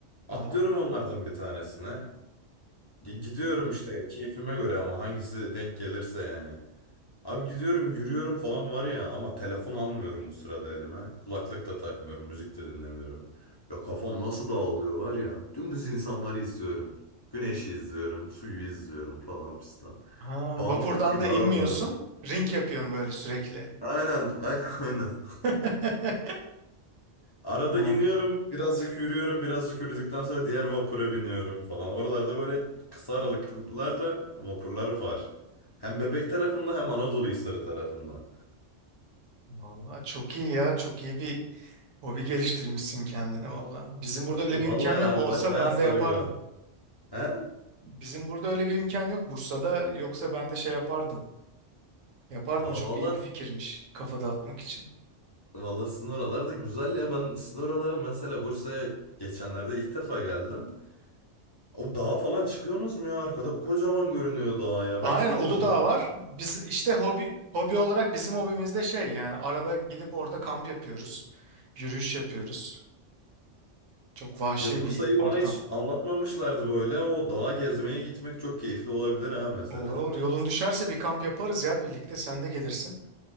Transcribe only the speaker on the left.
Atlıyorum onlardan bir tanesine. Gi- Gidiyorum işte keyfime göre ama hangisi de denk gelirse yani. Abi gidiyorum yürüyorum falan var ya ama telefon almıyorum bu sırada elime. Kulaklık da takmıyorum, müzik de dinlemiyorum. Ya kafam nasıl dağılıyor var ya. Dümdüz insanları izliyorum. Güneşi izliyorum, suyu izliyorum falan pistan.
Bağımlılık
gibi
abi bu arada.
Aynen, aynen, <laughs> aynen.
Arada
iniyorum, birazcık yürüyorum, birazcık yürüdükten sonra diğer vapura biniyorum falan. Oralarda böyle kısa aralıklarla vapurlar var. Hem Bebek tarafında hem Anadolu Hisarı tarafında.
Vallahi
ya
Çok ba- bayağı
sarıyor
ha. He?
Aa,
valla
valla sizin oralar da güzel ya. Ben sizin oraları mesela Bursa'ya geçenlerde ilk defa geldim. O dağa falan çıkıyorsunuz mu ya? Arkada kocaman görünüyor dağ ya.
Ben hiç bilmiyordum.
Ya Bursa'yı
bana hiç anlatmamışlardı böyle. O dağa gezmeye gitmek çok keyifli olabilir ha mesela.